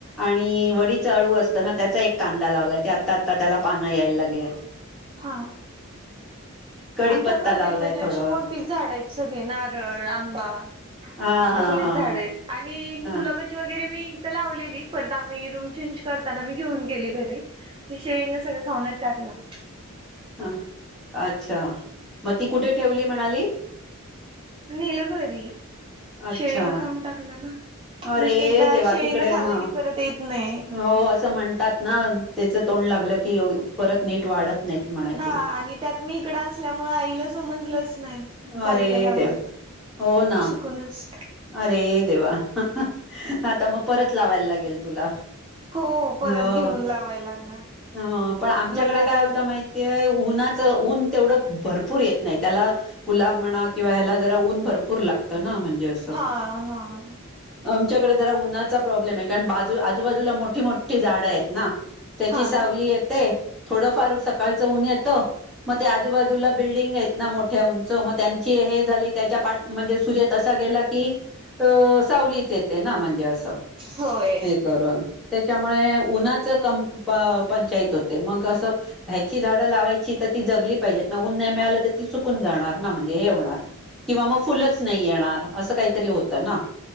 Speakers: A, in the centre; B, on the right.
A: आणि वडीचा अळू असताना त्याचा एक कांदा लावलाय ते आत्ता आत्ता त्याला पानं यायला लागेलत.
B: हा
A: कडीपत्ता
B: आमच्या घरी
A: लावलाय
B: म्हणजे अशी
A: थोडं
B: मोठी झाड आहेच. नारळ, आंबा
A: हा हा
B: असले
A: हा
B: झाड आहेत आणि
A: हा
B: गुलाब
A: ह
B: वगैरे मी इथ लावलेलीत परत आम्ही रूम चेंज करताना मी घेऊन गेली घरी. ती शेळीन सगळं खाऊनच टाकलं.
A: हं, अच्छा, मग ती कुठे ठेवली, म्हणाली?
B: नेलं घरी,
A: अच्छा,
B: शेळीनं खाऊन टाकलं ना.
A: अरे
B: मग एकदा
A: देवा,
B: शेळीनं
A: तिकडे
B: खाल्लं
A: हं,
B: की परत येत नाही.
A: हो असं म्हण तात ना त्याचं तोंड लागलं की, परत नीट वाढत नाहीत. म्हणे
B: हां
A: ते.
B: आणि त्यात मी इकडं असल्यामुळ आईला समजलंच नाही,
A: अरे
B: काय कराव.
A: देव! हो ना.
B: कोणाचं?
A: अरे देवा, ह्ह्हणं आता मग परत लावायला लागेल तुला.
B: हो परत
A: ह
B: घेऊन लावाय लागणार.
A: ह, पण आमच्याकडे
B: म्हणलं आता
A: काय होत माहि ते उन्हाचं, ऊन तेवढं भरपूर येत नाही, त्याला गुलाब म्हणा किंवा ह्याला जरा ऊन भरपूर लागतं ना, म्हणजे अस.
B: हां हां.
A: आमच्याकड जरा उन्हाचा प्रॉब्लेम ये, कारण बाजू आजूबाजूला मोठी-मोठी झाडं येत ना. त्याची
B: हा
A: सावली
B: ना
A: येते, थोडंफार सकाळचं ऊन येतं. म ते आजूबाजूला बिल्डिंग येत ना, मोठ्या उंच, मग त्यांची हे झाली त्याच्या पाठ, म्हणजे सूर्य तसा गेला कि, अ सावलीच येते ना, म्हणजे असं,
B: होय
A: हे करून त्याच्यामुळे उन्हाचं कम प-पंचायत होते, मग असं ह्याची झाडं लावायची, तर ती जगली पाहिजेत ना, उन नाहीय मिळालं, तर ती सुकून जाणार ना, म्हणजे हे होणार किंवा मग फुलच नही येणार. असं काहीतरी होतं ना,